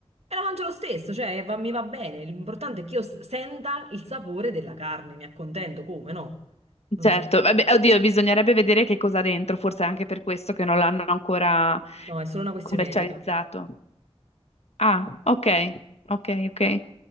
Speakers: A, on the right; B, on the left.
A: e la mangio lo stesso, cioè va- mi va bene. L'importante è che io s- senta il sapore della carne, mi accontento come, no? Non
B: Certo,
A: so.
B: vabbè, oddio, bisognerebbe vedere che cosa ha dentro, forse è anche per questo che non l'hanno ancora
A: No, è solo una questione
B: commercializzato.
A: etica.
B: Ah, ok,
A: Sì, sì.
B: ok, ok.